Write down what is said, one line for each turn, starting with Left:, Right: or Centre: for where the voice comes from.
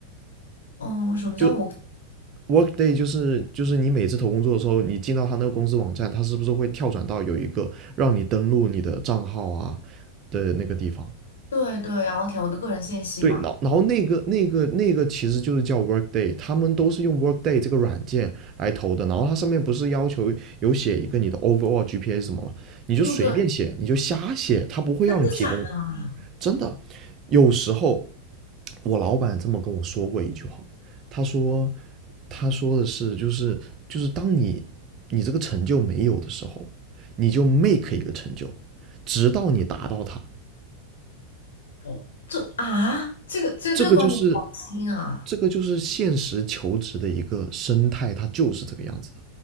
Left: 哦，什么叫我？
Right: 就 Workday 就是就是你每次投工作的时候，你进到他那个公司网站，他是不是会跳转到有一个让你登录你的账号啊的那个地方？
Left: 对对，然后填我的个人信息嘛。
Right: 对，然后然后那个那个那个其实就是叫 Workday，他们都是用 Workday 这个软件来投的。然后它上面不是要求有写一个你的 overall GPA 什么吗？你就随便写，
Left: 嗯，对。
Right: 你就瞎写，他不会让你提供。
Left: 真的假的啊？
Right: 真的，有时候我老板这么跟我说过一句话，他说他说的是就是就是当你你这个成就没有的时候，你就 make 一个成就，直到你达到它。
Left: 哦这啊，这个这这个观点好新啊！
Right: 这个就是这个就是现实求职的一个生态，它就是这个样子的，